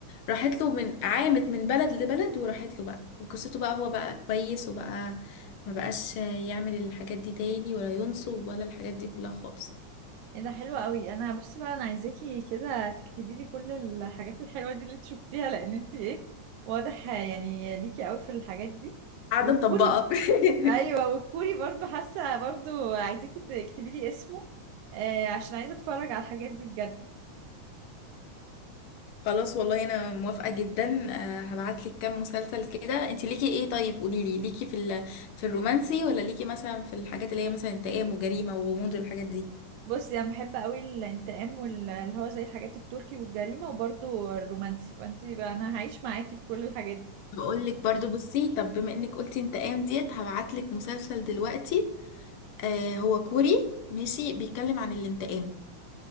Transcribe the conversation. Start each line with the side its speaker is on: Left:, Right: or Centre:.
Left: راحت له من عامت من بلد لبلد وراحت له بقى وقصته بقى هو بقى كويس وبقى ما بقاش يعمل الحاجات دي تاني ولا ينصب ولا الحاجات دي كلها خالص
Right: ايه ده حلو قوي انا بصي بقى انا عايزاكي كده تكتبي لي كل الحاجات الحلوه دي اللي انت شفتيها لان انت ايه واضح يعني ليكي قوي في الحاجات دي
Left: قاعده
Right: والكوري
Left: مطبقه <laughs>
Right: ايوه والكوري برضو حاسه برضو عايزاكي تكتبي لي اسمه آه عشان عايزه اتفرج على الحاجات دي بجد
Left: خلاص والله انا موافقه جدا آه، هبعتلك كام مسلسل كده انت ليكي ايه طيب قوليلي ليكي في ال... في الرومانسي ولا ليكي مثلا في الحاجات اللي هي مثلا انتقام وجريمه وغموض والحاجات دي
Right: بصي انا بحب قوي الانتقام واللي هو زي الحاجات التركي والجريمه وبرده الرومانسي فانتي بقى انا هعيش معاكي في كل الحاجات دي
Left: هقول لك برضو بصي طب بما انك قلتي انت قام ديت هبعت لك مسلسل دلوقتي آه هو كوري ماشي بيتكلم عن الانتقام